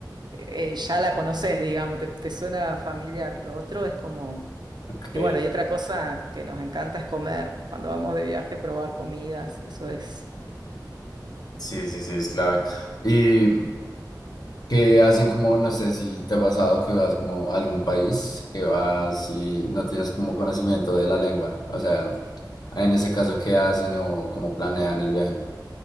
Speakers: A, on the right (about 70°); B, on the left (about 60°).
A: eh, ya la conoces, digamos, te, te suena familiar. Lo otro es como...
B: Ok,
A: Y bueno, y otra cosa que nos encanta es comer. Cuando vamos de viaje, probar comidas. Eso es
B: sí, sí, sí, es clave. y Que hacen como, no sé si te ha pasado que vas como a algún país, que vas y no tienes como conocimiento de la lengua. O sea, en ese caso, ¿qué hacen o cómo planean el viaje?